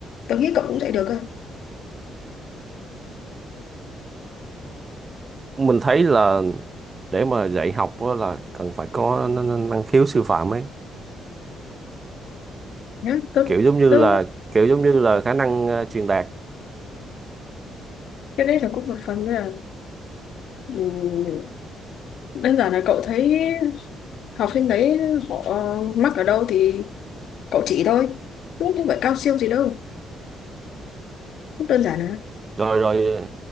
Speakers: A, on the left; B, on the right.
A: Tớ nghĩ cậu cũng dạy được cơ.
B: mình thấy là để mà dạy học á là cần phải có n- n- năng khiếu sư phạm ấy.
A: Nhá, tớ
B: Kiểu giống như
A: tớ
B: là kiểu giống như là khả năng ờ, truyền đạt.
A: cái đấy là cũng một phần nữa Ừ, đơn giản là cậu thấy học sinh đấy họ mắc ở đâu thì cậu chỉ thôi cũng không phải cao siêu gì đâu cũng đơn giản là
B: Rồi rồi